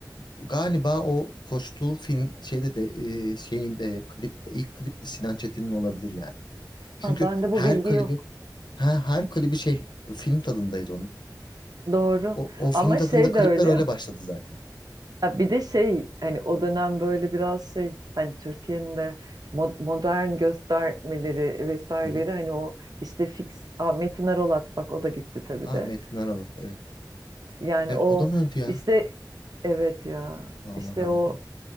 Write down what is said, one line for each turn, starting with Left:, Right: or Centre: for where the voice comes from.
Left: galiba o koştuğu film şeyde de e, şeyinde klipte ilk klip de Sinan Çetin'in olabilir yani. Çünkü
Right: Ha, bende
Left: her
Right: bu bilgi
Left: klibi
Right: yok.
Left: ha, her klibi şey film tadındaydı onun.
Right: Doğru.
Left: O, o film
Right: Ama
Left: tadında
Right: şey
Left: klipler
Right: de öyle.
Left: öyle
Right: ya.
Left: başladı zaten.
Right: Ha, bir de şey hani o dönem böyle biraz şey hani Türkiye'nin de mo- modern göstermeleri vesaireleri
Left: Hı hı.
Right: hani o işte fix Aa, Metin Arolat bak o da gitti tabii
Left: Ha
Right: de.
Left: Metin Aralat evet.
Right: Yani
Left: Evet
Right: o
Left: o da mı öldü ya?
Right: işte evet ya
Left: Allah
Right: işte
Left: rahmet
Right: o
Left: eylesin.